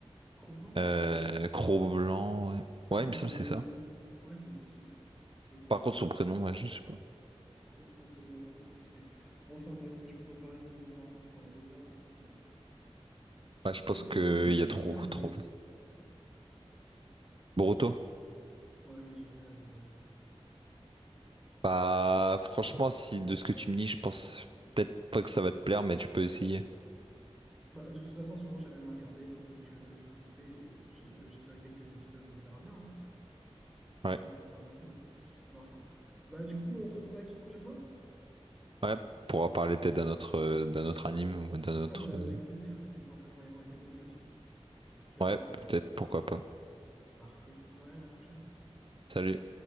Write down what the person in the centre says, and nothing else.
Cro-Blanc?
Non.
Non,
le.
Ouais, c'est possible. Il était
trop...
Enfin,
Trop, enfin, c'est vraiment trop stylé. Enfin bref, moi, je pourrais parler de, de Naruto pendant des heures encore. mais bon.
Peut-être
que je, peut-être
que
je
regarderai.
Ouais, j'essaierai peut-être.
Bah, de toute façon, en ce moment, j'ai rien à regarder, donc euh, je vais foncer et puis euh, j'essaierai quelques épisodes et on verra bien. hein.
Je risque pas grand-chose. Mais enfin. Bah du coup, on se recontacte une prochaine fois?
Ah, mais avec
plaisir. On pourra faire My Hero Academia aussi. J'ai
adoré.
Parfait. Ouais, à la prochaine.